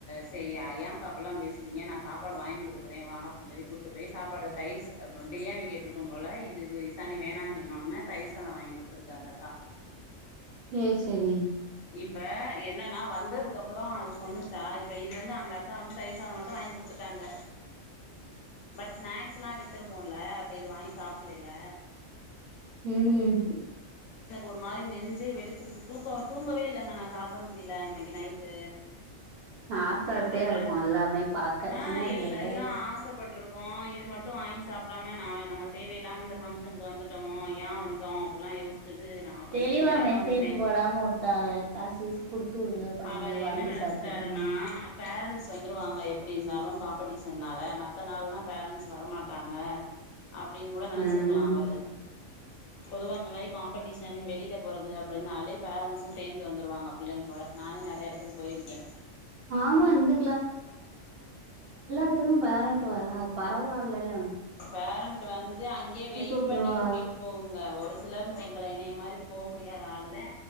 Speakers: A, on the left; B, on the right.
A: செரி ஏங்க்கா அப்டிலாம் பேசுகிறீங்க நான் சாப்பாடு வாங்கி கொடுக்குறே வா அப்படின் சொல்லி கூட்டு போய் சாப்பாடு தயிச பிரியாணி கேட்டிருக்கும் போல இதுக்கு இசாணி வேணாம்ன்னு சொன்னோன்னே தயிர்சாதம் வாங்கி குடுத்துருக்கு அந்த அக்கா
B: சே சரி
A: இப்ப என்னன்னா வந்ததுக்கு அப்புரோ அது சொன்னுச்சா இப்ப இது வந்து அந்த அக்கா வந்து தையிர் சாதம் மட்டும் வாங்கி கொடுத்துட்ட தங்க
B: <inaudible>
A: பட் ஸ்னாக்ஸ்லா வித்துருக்குல அப்ப இத வாங்கி சாப்படலில
B: ம்
A: ஒரு மாரி நெஞ்சே வெடிச்சுருச்சு தூக்க தூங்கவே இல்லங்க நா சாப்ட முடில இன்னைக்கு நைட்டு
B: ஆச ஆசையா
A: இந்த புள்ள
B: இருக்கு எல்லாமே பாக்க
A: ஆ
B: சின்ன
A: எல்
B: பிள்ளைல
A: எல்லா ஆசப்பட்ருக் கு இது மட்டு வாங்கி சாப்டாம நா நம்ம தேவையில்லாம இந்த ஃபங்க்ஷனுக்கு வந்துட்டமோ ஏ வந்தோ அப்டிலா யோசி ச்ட்டு நா பைத்திய
B: தெளிவா
A: மாரி உக்காந்ருந்தே
B: மெசேஜ் போடாம வுட்டாங்க காசு கீசு குடுத்து வுடுங்க பண்ணுங்க
A: அவரு
B: வாங்கி
A: என்ன நெனச்சிட்டாருனா
B: சாப்ட்டுக்கணு
A: பேரண்ட்ஸ் வந்துருவாங்க எ ப்டி இருந்தாலு காம்படிஷன்னால மத்த நாள்னா பேரண்ஸ் வரமாட்டாங்க அப்படினு கூட நெனைச்சிருக்கலா
B: ம்
A: அவரு பொதுவா இந்த மாரி காம்படிஷன் வெளில போறது அப்டினாலே பேரன்ஸு சேந்து வந்துருவாங்க பிள்ளைங்களோட நானே நறைய எடத்துக்கு போயிருக்கே
B: ஆமா இந்த இதுக்கு பேரன்ட் வராக பரவால்லல
A: பேரண்ட் வந்து அங்கேயே வெயிட்
B: வுட்டுருவா
A: பண்ணி கூட்டிட்டு போகுங்க ஒரு சிலர் எங்கள எனைய மாரி போ முடியாத ஆளுதே